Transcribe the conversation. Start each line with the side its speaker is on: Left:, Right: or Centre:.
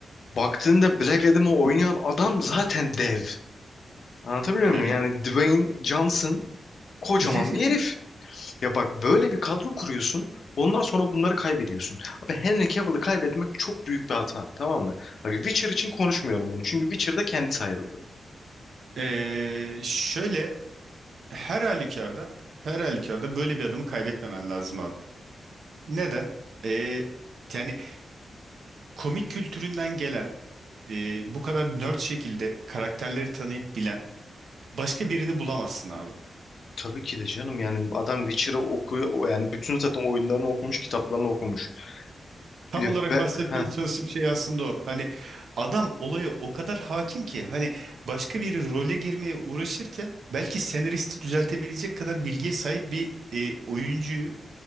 Left: baktığında Black Adam'ı oynayan adam zaten dev. Anlatabiliyor
Right: Evet.
Left: muyum? Yani Dwayne Johnson kocaman
Right: <laughs>
Left: bir herif. Ya bak böyle bir kadro kuruyorsun. Ondan sonra bunları kaybediyorsun. Abi Henry Cavill'ı kaybetmek çok büyük bir hata. Tamam mı? Bak Witcher için konuşmuyorum bunu. Çünkü Witcher'da kendisi ayrıldı.
Right: Ee, şöyle her halükarda her halükarda böyle bir adamı kaybetmemen lazım abi. Neden? Ee, yani komik kültüründen gelen e, bu kadar nerd şekilde karakterleri tanıyıp bilen başka birini bulamazsın abi.
Left: Tabii ki de canım yani adam Witcher'ı okuyor o yani bütün zaten oyunlarını okumuş kitaplarını okumuş.
Right: Tam
Left: E,
Right: olarak
Left: be,
Right: bahsetmeye
Left: heh,
Right: çalıştığım şey aslında o. Hani adam olaya o kadar hakim ki hani başka bir role girmeye uğraşırken belki senaristi düzeltebilecek kadar bilgiye sahip bir e, oyuncuyu